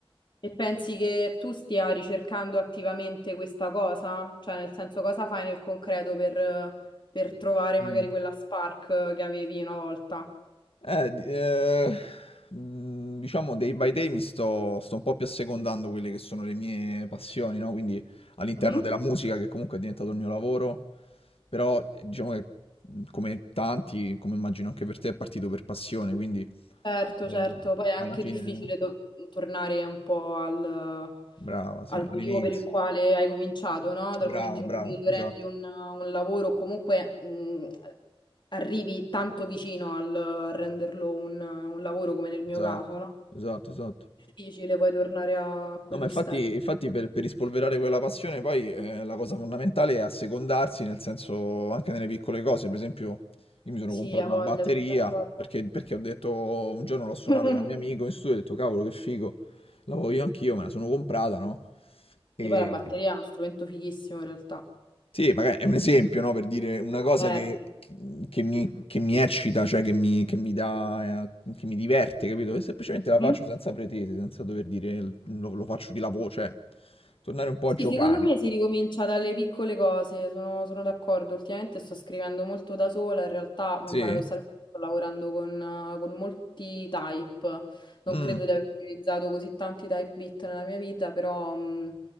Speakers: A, on the left; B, on the left.
A: E pensi che tu stia ricercando attivamente questa cosa? Cioè, nel senso, cosa fai nel concreto per, per trovare
B: Mm.
A: magari quella spark che avevi una volta?
B: Eh, di ehm, mhmm, diciamo day by day mi sto sto un po' più assecondando quelle che sono le mie passioni, no, quindi all'interno
A: Mhm.
B: della musica che comunque è diventato il mio lavoro, però, ehm, diciamo che, mhmm, come tanti, come immagino anche per te, è partito per passione, quindi,
A: Certo,
B: ehm,
A: certo, poi è anche
B: alla fine
A: difficile to- tornare un po' al, al
B: brava, sì, all'iniz
A: motivo per il quale hai cominciato, no? Dal
B: Brava,
A: momento
B: brava,
A: in cui lo
B: esatto,
A: rendi un, un lavoro, comunque mh, arrivi tanto vicino al a renderlo un, un lavoro come nel mio
B: esatto,
A: caso, no?
B: esatto, esatto.
A: Difficile poi tornare a quello
B: No, ma infatti,
A: step.
B: infatti per, per rispolverare quella passione poi eh, la cosa fondamentale è assecondarsi, nel senso anche nelle piccole cose. Per esempio, io mi sono
A: Sì,
B: comprato
A: ha
B: una
A: voglia,
B: batteria
A: sono d'accordo.
B: perché, perché ho detto, un giorno
A: <laughs>
B: l'ho suonata
A: Mhm.
B: da un mio amico in studio e ho detto, cavolo, che figo, la voglio anch'io, me la sono comprata, no? E,
A: Sì, poi la batteria è uno strumento fighissimo in realtà.
B: sì, magari è un esempio, no, per dire una cosa
A: Certo.
B: che, che mi, che mi eccita, cioè che mi, che mi dà, eh, che mi diverte, capito? E semplicemente la
A: Mhm.
B: faccio senza pretese, senza dover dire l- lo, lo faccio di lavoro, cioè tornare un po'
A: Sì,
B: a giocare.
A: secondo me si ricomincia dalle piccole cose, sono, sono d'accordo. Ultimamente sto scrivendo molto da sola, in realtà mh,
B: Sì,
A: paradossalmente sto lavorando con, eh, con molti type. Non
B: Mm,
A: credo di aver utilizzato così tanti type bit nella mia vita, però mh,